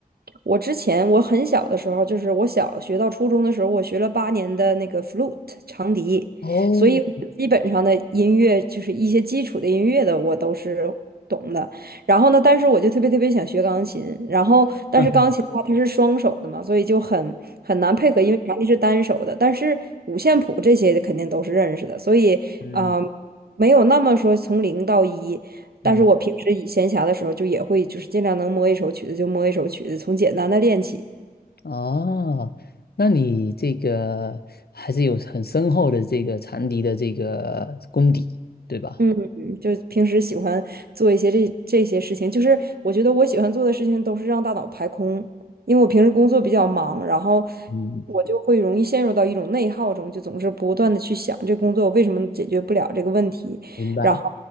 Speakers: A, on the right; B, on the left.
A: 我之前我很小的时候，就是我小学到初中的时候，我学了八年的那个 flute 长笛，
B: 哦，
A: 所以我基本上的音乐就是一些基础的音乐的我都是懂的。然后呢，但是我就特别特别想学钢琴，然后但是钢琴的话它是双手的嘛，
B: <laughs> 嗯
A: 所以就很很难配合，因为长笛是单手的，但是五线谱这些肯定都是认识的，所以啊、
B: 嗯
A: 呃没有那么说从零到一，但是我平时以闲暇的时候，
B: 嗯，
A: 就也会就是尽量能摸一首曲子就摸一首曲子，从简单的练起。
B: 哦，那你这个还是有很深厚的这个长笛的这个功底，对吧？
A: 嗯，就平时喜欢做一些这这些事情，就是我觉得我喜欢做的事情都是让大脑排空，因为我平时工作比较忙，然后
B: 嗯，
A: 我就会容易陷入到一种内耗中，就总是不断的去想这工作为什么解决不了这个问题，
B: 明白。
A: 然后